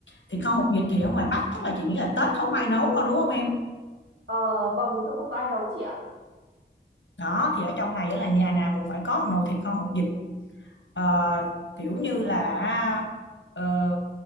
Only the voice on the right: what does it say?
Ờ vâng đúng rồi không có ai nấu chị ạ